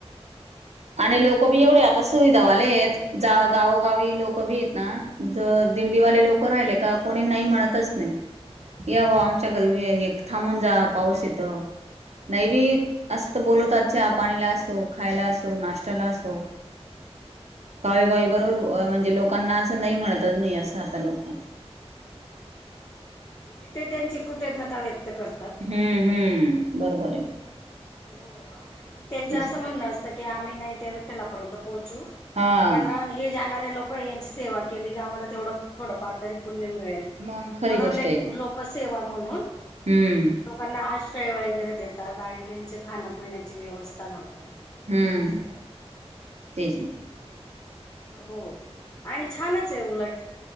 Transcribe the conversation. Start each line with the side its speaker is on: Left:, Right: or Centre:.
Right: आणि लोक बी एवढे आता सुविधावाले आहेत जा गावोगावी लोक बी आहेत ना? ज दिंडीवाले लोक राहिले का कोणी नाही म्हणतच नाही या भा आमच्या घरी एक थांबून जा पाऊस येतो. नाही बी
Left: अच्छा.
Right: असं तर बोलवतात चहा पाणीला असो खायला असो नाश्त्याला असो. गावेगावी बरोबर म्हणजे लोकांना असं नाही म्हणतच नाही असं आता लोक.
Left: हम्म म्हणजे ते त्यांची कृतज्ञता व्यक्त करतात.
Right: हम्म हम्म बरोबर आहे.
Left: हो आणि त्यांचं
Right: तेच
Left: असं
Right: ना.
Left: म्हणणं असतं की आम्ही नाही त्या विठ्ठलापर्यंत पोहोचू
Right: हा
Left: पण. हे जाणारे लोक यांची सेवा केली की आम्हाला तेवढं थोडंफार तरी पुण्य मिळेल.
Right: मग खरी
Left: म्हणूनले
Right: गोष्ट आहे ना
Left: लोकसेवा म्हणून
Right: हम्म
Left: लोकांना आश्रय वगैरे देतात आणि त्यांचे खाण्यापिण्याची व्यवस्था लावतात.
Right: हम्म तेज
Left: हो आणि छानच आहे उलट.